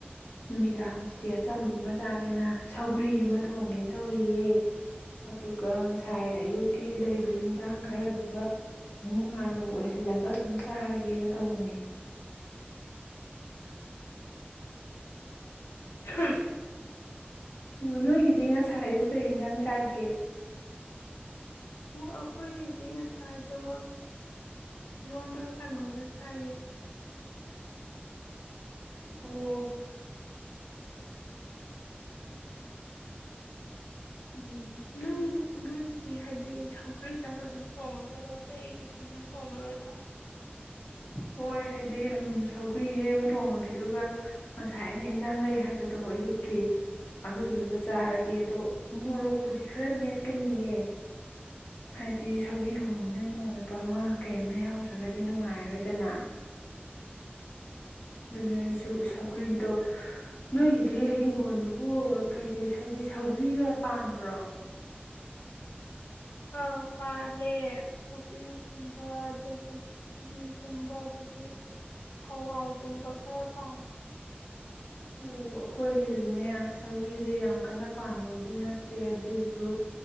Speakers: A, on the left; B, on the left.
A: ꯅꯨꯃꯤꯗꯥꯡꯁꯤꯗꯤ ꯑꯆꯝꯕ ꯑꯃ ꯆꯥꯒꯦꯅ ꯁꯧꯒ꯭ꯔꯤ ꯑꯃ ꯊꯣꯡꯒꯦꯅ ꯇꯧꯔꯤꯌꯦ ꯑꯗꯨꯒ ꯉꯁꯥꯏ ꯑꯌꯨꯛꯀꯤ ꯂꯩꯕ ꯏꯟꯁꯥꯡ ꯈꯔꯗꯨꯒ ꯑꯗꯨꯝ ꯉꯥꯔꯨ ꯑꯣꯏꯍꯜꯂꯒ ꯑꯗꯨꯝ ꯆꯥꯔꯒꯦꯅ ꯇꯧꯕꯅꯤ
B: ꯎꯝ
A: ꯑꯣ ꯅꯣꯏꯒꯤꯗꯤ ꯉꯁꯥꯏ ꯑꯌꯨ ꯀꯩ ꯏꯟꯁꯥꯡ ꯆꯥꯒꯦ
B: ꯑꯩꯈꯣꯏꯒꯤꯗꯤ ꯉꯁꯥꯏꯗꯣ ꯏꯔꯣꯟꯕ ꯀꯥꯡꯒꯧꯅ ꯁꯥꯏꯌꯦ
A: ꯎꯝ
B: ꯎꯝ ꯅꯪ ꯅꯣꯏꯒꯤꯗꯤ ꯍꯥꯏꯗꯤ ꯁꯧꯒ꯭ꯔꯤ ꯆꯪꯕ ꯑꯗꯨꯝ ꯊꯣꯡꯉꯗꯣꯏꯔꯣ ꯑꯇꯩ ꯀꯩꯁꯨꯝ ꯊꯣꯡꯉꯔꯣꯏꯗ꯭ꯔꯥ
A: ꯍꯣꯏ ꯍꯥꯏꯗꯤ ꯎ ꯁꯧꯒ꯭ꯔꯤꯁꯦ ꯑꯃ ꯊꯣꯡꯉꯒꯦ ꯑꯗꯨꯒ ꯉꯁꯥꯏ ꯑꯩꯅ ꯏꯟꯁꯥꯡ ꯂꯩ ꯍꯥꯏꯕꯗꯣ ꯑꯌꯨꯛꯀꯤ ꯑꯗꯨꯗꯨꯒ ꯆꯥꯔꯒꯦ ꯑꯗꯣ ꯃꯣꯔꯣꯛꯄꯨꯗꯤ ꯈꯔ ꯃꯦꯠꯀꯅꯤꯑ ꯍꯥꯏꯗꯤ ꯁꯧꯒꯤ ꯊꯣꯡꯉꯝꯅꯤꯅ ꯃꯣꯔꯠ ꯃꯦꯞꯄ ꯑꯃ ꯀꯩ ꯑꯃ ꯌꯥꯎꯗ꯭ꯔꯒꯗꯤ ꯅꯨꯡꯉꯥꯏꯔꯔꯣꯏꯗꯅ ꯑꯗꯨꯅꯦ ꯑꯩꯁꯨ ꯁꯧꯒ꯭ꯔꯤꯗꯣ ꯅꯣꯏꯒꯤꯗꯤ ꯏꯤꯡꯒꯣꯜꯗꯨꯕꯨ ꯀꯩꯀꯩ ꯍꯥꯏꯗꯤ ꯁꯧꯒ꯭ꯔꯤꯒ ꯄꯥꯟꯕ꯭ꯔꯣ
B: ꯑꯥ ꯄꯥꯜꯂꯦ ꯀꯕ꯭ꯔꯤꯒꯨꯝꯕ ꯑꯗꯒꯤ ꯆꯅꯤꯒꯨꯝꯕ ꯑꯗꯒꯤ ꯍꯋꯥꯏꯒꯨꯝꯕ ꯈꯔ ꯄꯥꯂꯦ
A: ꯑꯣ ꯑꯩꯈꯣꯏꯒꯤꯁꯨꯅꯦ ꯁꯧꯕꯤꯁꯦ ꯌꯥꯝ ꯀꯟꯅ ꯄꯥꯟꯕꯕꯨꯗꯤ ꯅꯠꯇꯦ ꯑꯗꯨꯏꯁꯨ